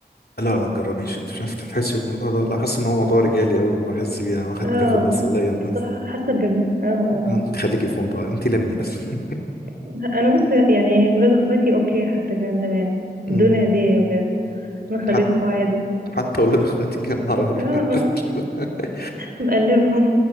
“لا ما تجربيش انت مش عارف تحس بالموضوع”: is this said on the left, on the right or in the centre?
Left